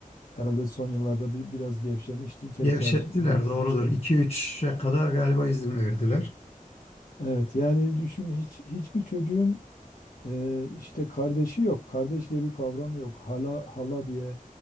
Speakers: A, on the left (about 80°); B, on the left (about 45°).
A: Herhalde son yıllarda bir biraz gevşemişti, tekrar
B: Gevşettiler
A: getirmişti.
B: doğrudur. 2-3'e kadar galiba izin verdiler.
A: Evet, yani düşün hiç hiçbir çocuğun e, işte kardeşi yok. Kardeş diye bir kavram yok. Hala hala diye,